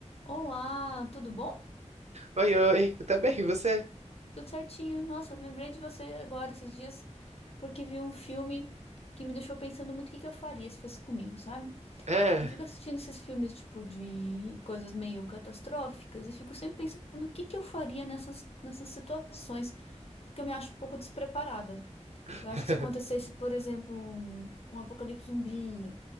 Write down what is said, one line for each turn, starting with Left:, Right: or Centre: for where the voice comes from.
Left: Olá, tudo bom?
Right: Oi, oi, eu tô bem, e você?
Left: Tudo certinho. Nossa, lembrei de você agora esses dias porque vi um filme que me deixou pensando muito o que que eu faria se fosse comigo, sabe?
Right: É.
Left: Eu fico assistindo esses filmes tipo de coisas meio catastróficas e fico sempre pensando o que que eu faria nessas, nessas situações, porque eu me acho um pouco despreparada.
Right: <laughs>
Left: Eu acho que se acontecesse, por exemplo, um, um apocalipse zumbi